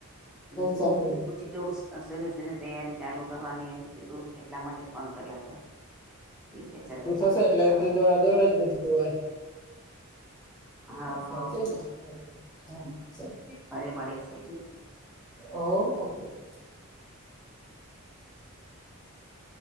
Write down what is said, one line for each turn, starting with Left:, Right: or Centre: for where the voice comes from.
Centre: દીકરી
Left: ચાલે
Centre: પછી જું શેને શેને તૈયારી ચાલુ કરવાની કીધું એટલા માટે ફોન કર્યો હતો. ઠીક હે ચલો
Left: બધું થશે એટલે
Centre: હા
Left: બધી દોડા દોડે જ બધું
Centre: હવ
Left: સાચે
Centre: હવ
Left: <unintelligible> હા ચાલો
Centre: ફરી મળીશું ઠીક
Left: હોવ ઓકે. <inaudible>